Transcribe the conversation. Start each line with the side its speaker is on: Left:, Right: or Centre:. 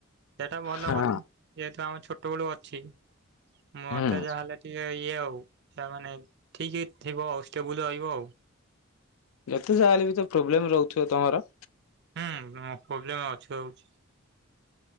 Right: ସେଟା ଭଲ
Left: ହଁ
Right: କଥା। ଯେହେତୁ ଆମ ଛୋଟ ବେଳୁ ଅଛି ମତେ
Left: ହୁଁ
Right: ଯାହାହେଲେ ଟିକେ ଇଏ ଆଉ। ତା ମାନେ ଠିକ ହେଇଥିବ ଆଉ ଷ୍ଟେବୁଲ ରଇବ ଆଉ।
Left: ଯେତେ ଯାହା ହେଲେ ବି ତ ପ୍ରୋବ୍ଲେମ ରହୁଥୁବ ତମର?
Right: <unintelligible> ପ୍ରୋବ୍ଲେମ ଅଛି ହଉଚି।